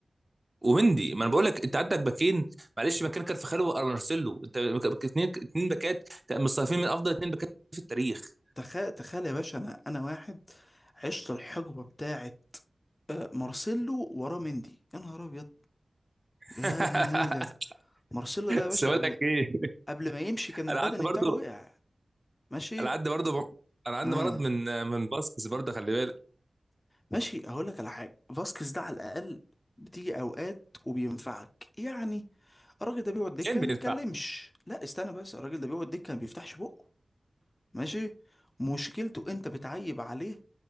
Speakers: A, on the right (about 25°); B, on the left (about 25°).
A: ومندي ما انا بقول لك انت عندك باكين معلش مكان كارفاخال ومارسيلو انت اثنين اثنين باكات مصنفين من افضل اثنين باكات في التاريخ
B: تخيل تخيل يا باشا انا انا واحد عشت الحقبة بتاعت آه، مارسيلو وراه مندي يا نهار ابيض
A: <laughs>
B: يا دي النيلة مارسيلو ده يا باشا
A: بس بقول
B: قبل
A: لك ايه
B: قبل ما يمشي كان البدني
A: انا عندي برضو
B: بتاعه وقع ماشي
A: انا عندي برضو انا عندي
B: اه
A: مرض من من باسكس برضه خلي بالك
B: ماشي هقول لك على حاجه فاسكيز ده على الاقل بتيجي اوقات وبينفعك يعني الراجل ده بيقعد دكه
A: كان
B: ما
A: بينفع
B: بيتكلمش لا استنى بس الراجل ده بيقعد دكه ما بيفتحش بقه ماشي مشكلته انت بتعيب عليه